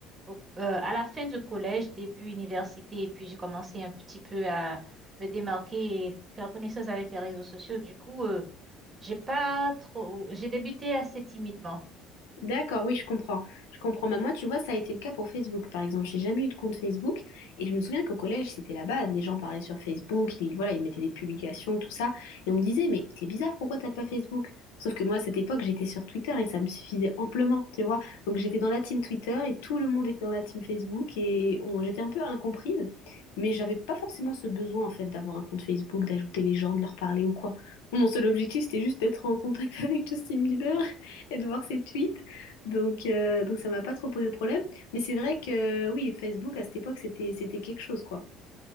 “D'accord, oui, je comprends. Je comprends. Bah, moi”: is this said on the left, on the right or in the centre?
Left